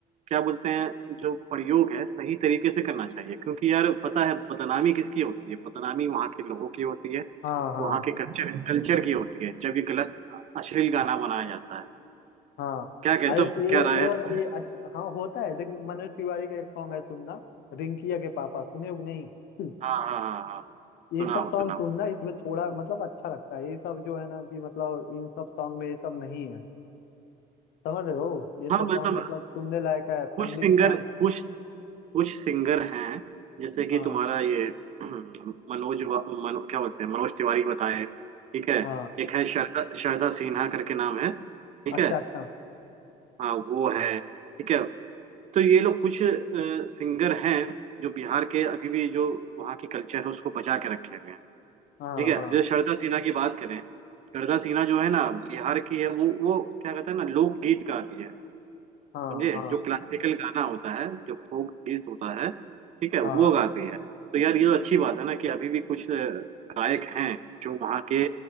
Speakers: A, on the right (about 45°); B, on the left (about 75°).
A: क्या बोलते हैं जो प्रयोग है सही तरीके से करना चाहिए क्योंकि यार पता है बदनामी किसकी होती है बदनामी वहाँ के लोगों की होती है
B: हाँ हाँ
A: वहाँ के कल्चर कल्चर की होती है जब ये गलत अश्लील गाना बनाया जाता है
B: हाँ
A: क्या कहते
B: अरे
A: हो
B: ये
A: क्या राय
B: ये
A: है
B: वाला
A: तुम्हारे
B: ये अच्छा हाँ होता है देख मनोज तिवारी का एक सॉन्ग है सुनना रिंकिया के पापा सुने हो कि नहीं <laughs>
A: हाँ हाँ हाँ हाँ
B: ये
A: सुनाओ
B: सब सॉन्ग
A: सुनाओ
B: सुनना इसमें थोड़ा मतलब अच्छा लगता है ये सब जो है ना कि मतलब इन सब सॉन्ग में ये सब नहीं है समझ रहे हो ये सब
A: हाँ मतलब
B: सॉन्ग मतलब सुनने लायक है
A: कुछ
B: फैमिली
A: सिंगर
B: के साथ
A: कुछ कुछ सिंगर हैं जैसे कि
B: हाँ
A: तुम्हारा ये <clears throat> मनोज वा- मनो, क्या बोलते हैं मनोज तिवारी बताए ठीक है
B: हाँ
A: एक है श्रद्धा श्रद्धा सिन्हा करके नाम है ठीक
B: अच्छा
A: है
B: अच्छा
A: हाँ वो है ठीक है तो ये लोग कुछ सिंगर हैं जो बिहार के अभी भी जो वहाँ की कल्चर है उसको बचा के रखे हुए हैं
B: हाँ
A: ठीक है
B: हाँ
A: अब जैसे श्रद्धा सिन्हा की बात करें श्रद्धा सिन्हा जो है ना बिहार की है वो वो क्या कहते हैं ना लोकगीत गाती है
B: हाँ
A: समझे
B: हाँ
A: जो क्लासिकल गाना होता है जो फोक गीत होता है ठीक है वो
B: हाँ
A: गाते हैं तो यार ये तो अच्छी बात है ना कि अभी भी कुछ अ, गायक हैं जो वहाँ के